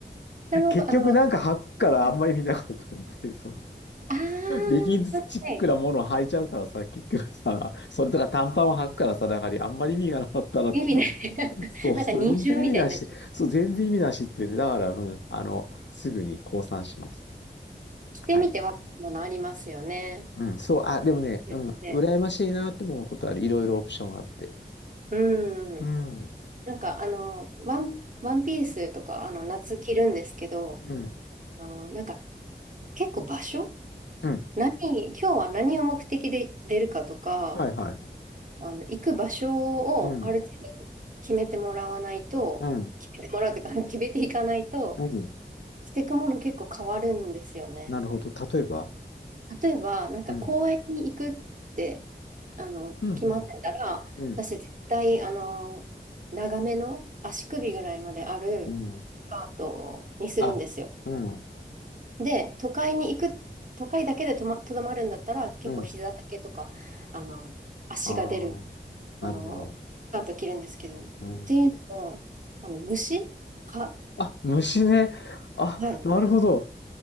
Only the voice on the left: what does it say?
結局なんか履くからあんまり見なかったっていう、
その、
レギンズチックなものを履いちゃうからさ、
結局さ、それとか短パンを履くからさ、だからあんまり意味がなかったなって今も。
そうそう、
全然意味なし。そう、全然意味なしっていうね。だから、うん、あの、すぐに降参しまし
た。はい。うん、そう、あ、でもね、うん、
羨ましいなと思うことある。いろいろオプションがあって。
うん、うん、
うん、
うん。
はいはいはい。
うん、うん、
うん。
なるほど。例えば、
うん、
うん、
うん、うん、
うん。あ、うん、
うん。
ああ、
なるほど。
うん。
あ、虫ね。あ、
なるほど。